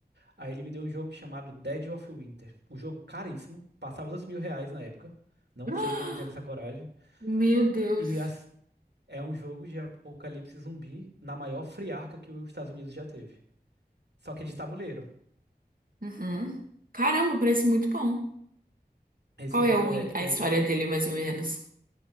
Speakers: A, on the right (about 80°); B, on the right (about 55°).
A: Aí ele me deu um jogo chamado Dead of Winter. o jogo caríssimo. Passava 2 mil reais na época.
B: <gasps>
A: Não
B: Ah,
A: sei como ele teve essa coragem.
B: Meu Deus.
A: E as- é um jogo de apocalipse zumbi na maior friarca que os Estados Unidos já teve. Só que é de tabuleiro.
B: Uhum. Caramba, parece muito bom.
A: Esse
B: Qual é
A: jogo
B: o
A: é,
B: in- a história
A: é bem. divi-
B: dele, mais ou menos?